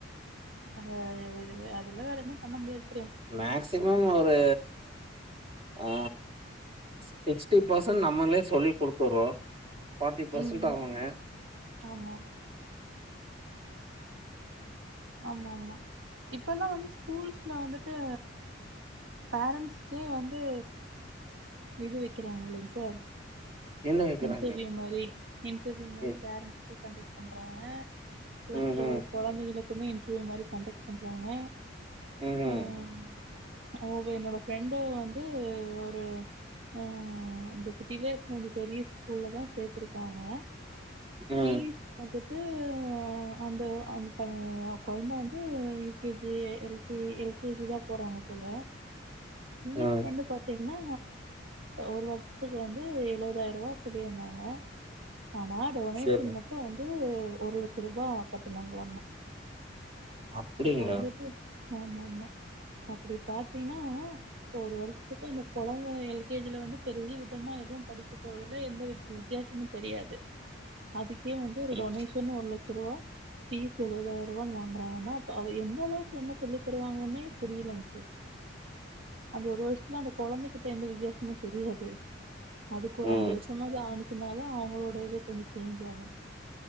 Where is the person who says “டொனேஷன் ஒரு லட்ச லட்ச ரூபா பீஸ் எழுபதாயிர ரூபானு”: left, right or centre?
Right